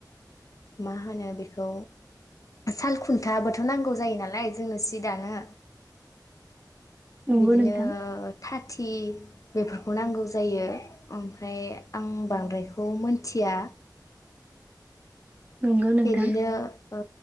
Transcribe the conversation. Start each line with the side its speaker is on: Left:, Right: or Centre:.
Left: मा होनो बेखौ साल खुन्थाबोथ नांगौ जायो नालाय। आयै जोंनो सि दानो
Right: नंगौ
Left: बिदिनो
Right: नोंथां
Left: थाथि थि बेफोरखौ नांगौ जायो ओमफ्राय आं बांद्रायखौ मोनथिया
Right: नंगौ नोंथां
Left: बिदिनो ओ